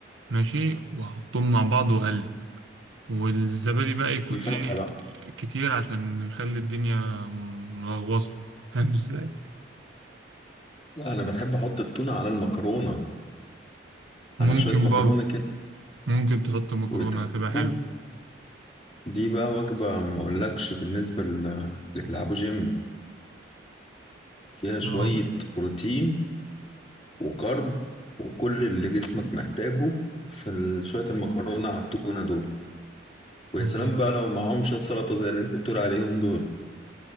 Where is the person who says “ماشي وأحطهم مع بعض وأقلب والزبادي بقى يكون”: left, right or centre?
Right